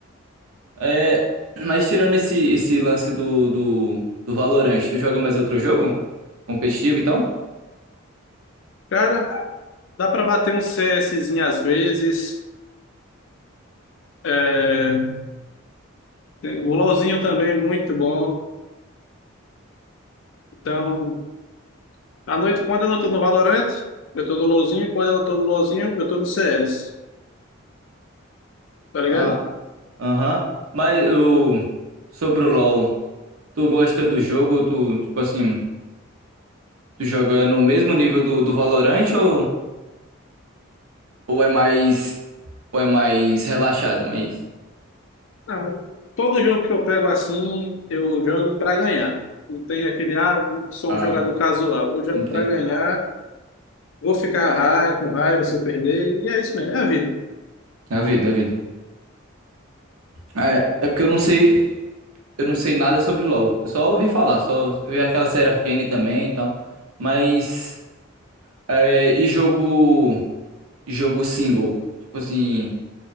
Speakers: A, on the right (about 80°); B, on the left (about 65°).
A: É, mas tirando esse, esse lance do, do, do Valorant, tu joga mais outro jogo? Competitivo e tal?
B: Cara, dá pra bater um CSzinho às vezes. É, tem- o LoLzinho também, muito bom. Então, à noite, quando eu não tô no Valorant, eu tô no LoLzinho. Quando eu não tô no LoLzinho, eu tô no CS. Tá ligado?
A: Ah, aham. Mas o, sobre o LoL, tu gosta do jogo? Tu, tipo assim, tu joga no mesmo nível do, do Valorant ou, ou é mais, ou é mais relaxado? mais
B: Não. Todo jogo que eu pego assim, eu jogo para ganhar. Não tem aquele, ah, sou
A: ah,
B: um jogador casual. Eu jogo
A: entendi
B: para ganhar, vou ficar ra- com raiva se eu perder, e é isso mesmo, é a vida.
A: É a vida, é a vida. É, é porque eu não sei, eu não sei nada sobre LoL. Eu só ouvi falar, só eu vi aquela série Arcane também e tal. Mas É, e jogo. Jogo single. Tipo assim.